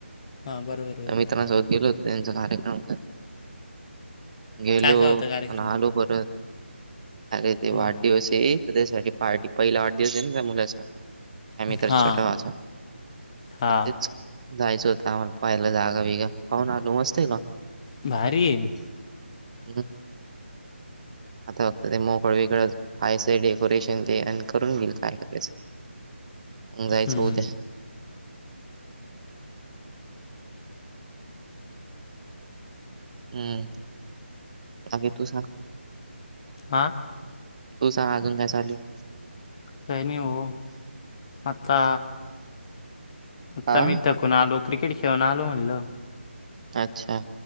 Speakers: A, on the left; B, on the right.
A: हा बरोबर बरोबर
B: त्या मित्रांसोबत गेलो होतो त्यांचा कार्यक्रम होता. गेलो
A: काय काय होता कार्यक्रम
B: आणि आलो परत, अरे ते
A: हम्म
B: वाढदिवस आहे. तर त्यासाठी पार्टी, पहिला वाढदिवस आहे ना त्या मुलाचा. माझ्या मित्राच्या
A: हा
B: छोट्या भावाचा,
A: हा
B: तर तेच जायचं होतं आम्हाला पाहायला जागा बिगा, खाऊन आलो मस्त आहे लॉन.
A: भारीए.
B: हम्म, आता फक्त ते मोकळं विकळं पहायचं डेकोरेशन ते आणि करून घेईल काय करायचं, अन जायचं
A: हम्म
B: उद्या. हम्म, बाकी तू सांग.
A: हा
B: तू सांग अजून काय चालू आहे?
A: काही नाही ओ, आता आता
B: हा
A: मी कून आलो क्रिकेट खेळून आलो म्हणलं,
B: अच्छा